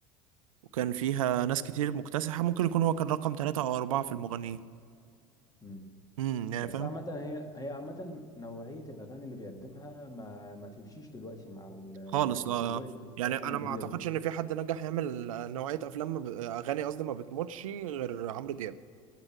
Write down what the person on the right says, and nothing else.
وكان فيها ناس كتير مكتسحة ممكن يكون هو كان رقم ثلاثة أو أربعة في المغنيين
امم يعني
فاهم
خالص لا
يعني
انا
ما اعتقدش
ان في حد نجح يعمل آه، نوعية افلام ما ب... اغاني قصدي ما بتموتش غير عمرو دياب